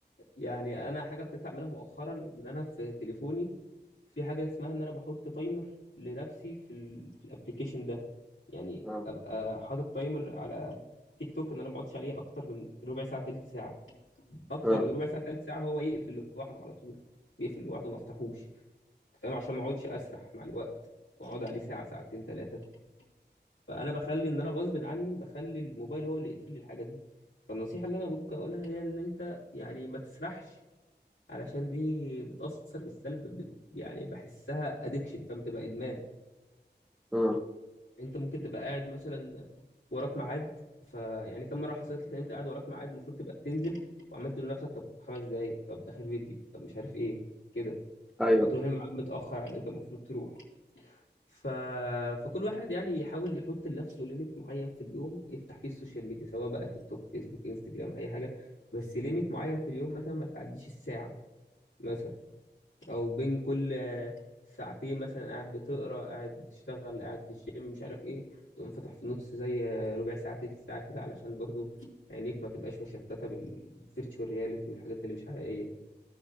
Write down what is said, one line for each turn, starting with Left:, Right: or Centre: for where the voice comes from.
Left: يعني انا حاجة ابتديت اعملها مؤخرا ان انا في تليفوني في حاجة اسمها ان انا بحط تايمر لنفسي في ال في الابليكيشن ده يعني
Centre: اه
Left: ابقى حاطط تايمر على تيك توك ان انا ما اقعدش عليه اكتر من ربع ساعة تلت ساعة اكتر
Centre: اه
Left: من ربع ساعة تلت ساعة هو يقفل لوحده على طول بيقفل لوحده ما افتحوش أنت فاهم عشان ما اقعدش اسرح مع الوقت واقعد عليه ساعة ساعتين ثلاثة فانا بخلي ان انا غصب عني بخلي الموبايل هو اللي يقفل لي الحاجه دي فالنصيحه اللي انا ممكن اقولها هي ان انت يعني ما تسرحش علشان دي بتاثر بالسلب بت يعني بحسها ادكشن فبتبقى ادمان
Centre: اه
Left: انت ممكن تبقى قاعد مثلا وراك ميعاد فيعني كم مره حصلت لك ان انت قاعد وراك ميعاد المفروض تبقى تنزل وعملت تقول لنفسك طب خمس دقايق طب اخر فيديو طب مش عارف ايه كده
Centre: ايوه
Left: فتروح الميعاد متاخر على اللي انت المفروض تروحه ف... فكل واحد يعني يحاول يحط لنفسه ليميت معين في اليوم يفتح فيه السوشيال ميديا سواء بقى تيك توك فيسبوك انستجرام اي حاجه بس ليميت معين في اليوم مثلا ما تعديش الساعه مثلا او بين كل آه، ساعتين مثلا قاعد بتقرا قاعد بتشتغل قاعد في الجيم مش عارف ايه تقوم فاتح في النص زي آه، ربع ساعه تلت ساعه كده علشان برضو عينيك ما تبقاش مشتته بالفيرتشوال رياليتي والحاجات اللي مش حقيقيه دي